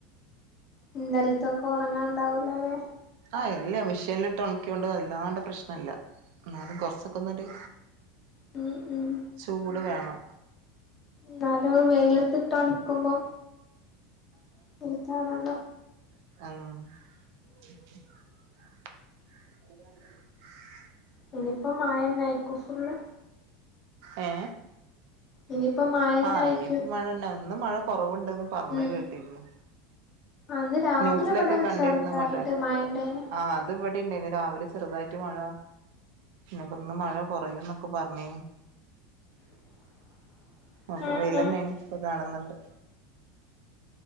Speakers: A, on the left; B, on the right.
A: ഇന്തലത്തൊക്കെ ഉണങ്ങാൻ ഉണ്ടാവൂലല്ലേ <inaudible>
B: അല്ല മിഷനിലിട്ട് ഇട്ട് ഉണക്കിയോണ്ടത് അല്ലാണ്ട് പ്രശ്നമല്ല എന്നാലും കൊറച്ചൊക്കെ ഒന്നൊരു
A: ഉം ഉം
B: ചൂട് വേണം
A: ന്നാല വെയിലത്തിട്ടോണിക്കുമ്പം എടുത്താണല്ലോ
B: ആഹ അ <unintelligible>
A: ഇനിയിപ്പോ മായൻ നൈക്കൂഫുള്ള <inaudible>
B: ഏ
A: ഇനിയിപ്പോ മഴന്നായിക്കും
B: ആ ഇനിപ്പ മഴന്ത ഇന്ന് മഴ കുറവുണ്ടന്ന് പറഞ്ഞഞ്
A: ഉം
B: കേട്ടിന്ന്
A: അന്ന് രാവിലെ
B: ന്യൂസിലൊക്കെ
A: ഇവിടെ
B: കണ്ടിരുന്ന
A: ചെറുതായിട്ട്
B: മഴ
A: മഴണ്ടേന്
B: ആ അത് ണ്ട രാവിലെ ചെറുതായിട്ട് മഴ പിന്നെപ്പൊ ഇന്ന് മഴ കുറയുംന്നൊക്കെ പറഞ്ഞ
A: <unintelligible>
B: അപ്പൊ
A: ഉം
B: വെല
A: ഉം
B: തന്നെയാണ് ഇപ്പൊ കാണുന്നുണ്ട്